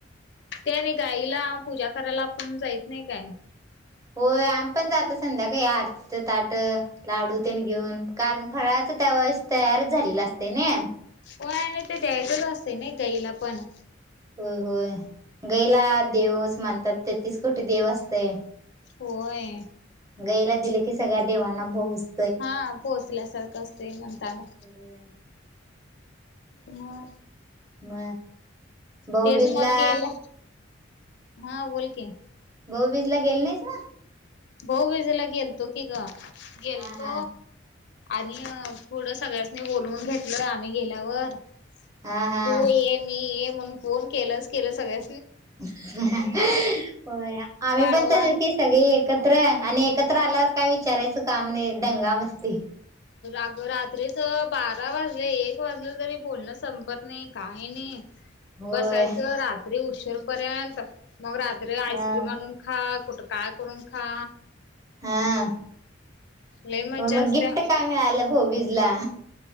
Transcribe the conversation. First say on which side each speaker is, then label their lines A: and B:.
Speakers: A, on the left; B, on the right.
A: त्या नाही गाईला पूजा करायला आपण जायततं नाही काय.
B: होय आम्ही पण जातो संध्याकाळी या आरतीचं ताटं लाडू त्यांनी घेऊन कारण फराळ त्या वेळेस तयारचं झालेला असते ना.
A: हो आणि ते दयायचे असते ना गाईला पण
B: होय होय गाईला देवचं मानता तेतीसं कोटी देव असतं.
A: होयं
B: गाईला दिले कि सगळ्यां देवांना पोचतंय
A: हा पोहोचल्या सारखं असते म्हणताननां.
B: होय.
A: म.
B: म बऊबीजला
A: तेच मग गेलं हा बोलकी
B: बहबीज ला गेले नाहीस ना
A: भाोऊ वेजाला गेलतो की ग गेलतो
B: हा हा
A: आणि पुढं सगळ्यांसनी बोलवून घेतलय आम्ही गेल्यावर
B: हा हा
A: तू ये मी ये म्हणून फोन केलच केलं सगळ्या
B: हो आम्ही
A: पाडवा
B: पण तस क सगळी एक एकत्र आणि एकत्र आल्यावर काय विचारायचं का म्हणे दंगा मस्ती
A: अग रात्रीच बारा वाजले एक वाजलं तरी बोलणं संपत नाही काही नाही
B: होय.
A: बसायचं रात्री उशीर पर्यंत मग रात त रे आईस्क्रीम
B: हा
A: आणून खा कुठं काय करून खा
B: हा
A: लई मज्जा
B: मग मग
A: असत्या
B: गिफ्ट काय मिळालं भोबीजला